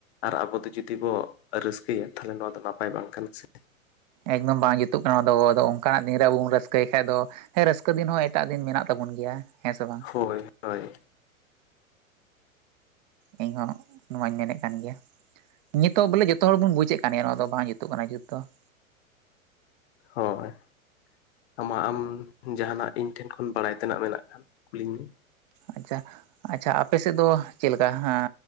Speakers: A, on the left; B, on the right.
A: ᱟᱨ ᱟᱵᱚ ᱫᱚ ᱡᱩᱫᱤ ᱵᱚ ᱨᱟᱹᱥᱠᱟᱹᱭᱟ ᱛᱟᱞᱦᱮ ᱱᱚᱣᱟ ᱫᱚ ᱱᱟᱯᱟᱭ ᱵᱟᱝ ᱠᱟᱱᱟ ᱥᱮ ᱾
B: ᱮᱠᱫᱚᱢ ᱵᱟᱝ ᱡᱩᱛᱩᱜ ᱠᱟᱱᱟ ᱟᱫᱚ ᱚᱱᱠᱟᱱᱟᱜ ᱫᱤᱱᱨᱮ ᱟᱵᱚ ᱵᱚᱱ ᱨᱟᱹᱥᱠᱟᱹᱭ ᱠᱷᱟᱡ ᱫᱚ, ᱦᱮᱸ ᱨᱟᱹᱥᱠᱟᱹ ᱫᱤᱱ ᱦᱚᱸ ᱮᱴᱟᱜ ᱫᱤᱱ ᱢᱮᱱᱟᱜ ᱛᱟᱵᱚᱱ ᱜᱮᱭᱟ ᱾ ᱦᱮᱸᱥᱮ ᱵᱟᱝ?
A: ᱦᱳᱭ ᱦᱳᱭ
B: ᱤᱧ ᱦᱚᱸ ᱱᱚᱣᱟᱧ ᱢᱮᱱᱮᱫ ᱠᱟᱱ ᱜᱮᱭᱟ, ᱱᱤᱛᱚᱜ ᱵᱚᱞᱮ ᱡᱷᱚᱛᱼᱼ ᱡᱚᱛᱚ ᱦᱚᱲ ᱵᱚᱱ ᱵᱩᱡᱮᱫ ᱠᱟᱱ ᱜᱮᱭᱟ ᱱᱚᱣᱟ ᱫᱚ ᱵᱟᱝ ᱡᱩᱛᱩᱜ ᱠᱟᱱᱟ ᱡᱩᱛ ᱫᱚ ᱾
A: ᱦᱚᱭ ᱟᱢᱟᱜ ᱟᱢ ᱡᱟᱦᱟᱱᱟᱜ ᱤᱧ ᱴᱷᱮᱱ ᱠᱷᱚᱱ ᱵᱟᱲᱟᱭ ᱛᱮᱱᱟᱜ ᱢᱮᱱᱟᱜ ᱠᱷᱟᱱ ᱠᱩᱞᱤᱧ ᱢᱮ ᱾
B: ᱟᱪᱪᱷᱟ ᱟᱪᱪᱷᱟ ᱟᱯᱮᱥᱮᱫ ᱫᱚ ᱪᱮᱫᱞᱮᱠᱟ ᱦᱟᱸ